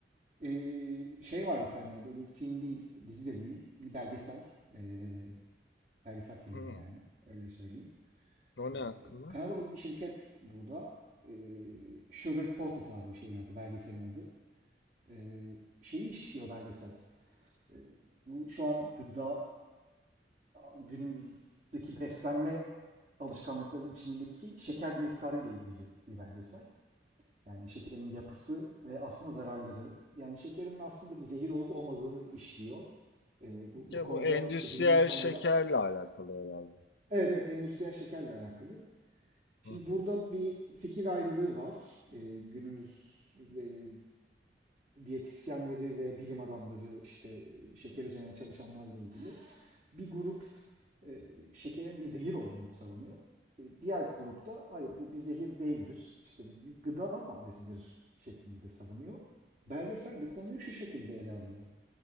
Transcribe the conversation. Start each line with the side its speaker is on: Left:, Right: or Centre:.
Right: eee, şey var bir tane böyle film değil, dizi de değil, bir belgesel, eee, belgesel filmi
Left: Hı.
Right: yani öyle söyleyeyim.
Left: O
Right: Ee,
Left: ne hakkında?
Right: Kanadalı bir şirket bu da. Ee, Sugar Coated abi şeyin adı, belgeselin adı. Ee, şeyi işliyor belgesel. Ee, bu şu an gıda günümüzdeki beslenme alışkanlıklarının içindeki şeker miktarı ile ilgili bir belgesel. Yani şekerin yapısı ve aslında zararları. Yani şekerin aslında bir zehir olup olmadığını işliyor. Ee, bu, bu
Left: Ya
Right: konuda
Left: bu endüstriyel
Right: işte bilim insanları
Left: şekerle alakalı herhalde.
Right: Evet evet endüstriyel şekerle alakalı. Şimdi
Left: Hı hı.
Right: burada bir fikir ayrılığı var. Ee, günümüz e, diyetisyenleri ve bilim adamları işte e, şeker üzerine çalışanlarla ilgili. Bir grup e, şekerin bir zehir olduğunu savunuyor. E, diğer grupta hayır bu bir zehir değildir. İşte bir, bir gıda maddesidir şeklinde savunuyor. Belgesel de konuyu şu şekilde ele alıyor.